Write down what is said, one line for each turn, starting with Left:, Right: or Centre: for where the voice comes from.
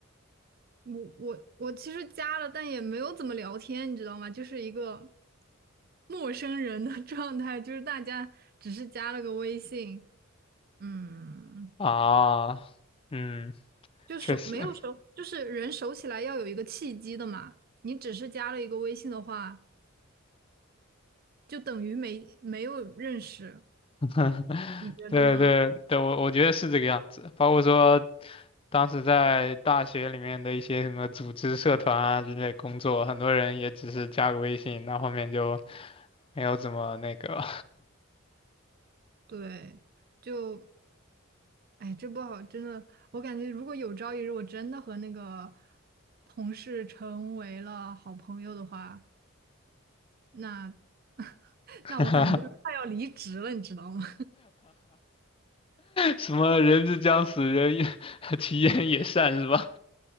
Right: 我我我其实加了，但也没有怎么聊天，你知道吗？就是一个陌生人的 <laughs> 状态，就是大家只是加了个微信，嗯，
Left: 啊。嗯，
Right: 就熟没有熟，
Left: 确实，
Right: 就是人熟起来要有一个契机的嘛。你只是加了一个微信的话。就等于没没有认识，
Left: <laughs>
Right: 你觉得呢？
Left: 对对对，我我觉得是这个样子，包括说当时在大学里面的一些什么组织、社团啊之类工作，很多人也只是加个微信，那后面就没有怎么那个，
Right: 对，就哎，这不好，真的，我感觉如果有朝一日我真的和那个同事成为了好朋友的话，那 <laughs>
Left: <laughs>
Right: 那我可能就是快要离职了，你知道吗？
Left: 什么人之将死，人也 <laughs> 其言也善是吧？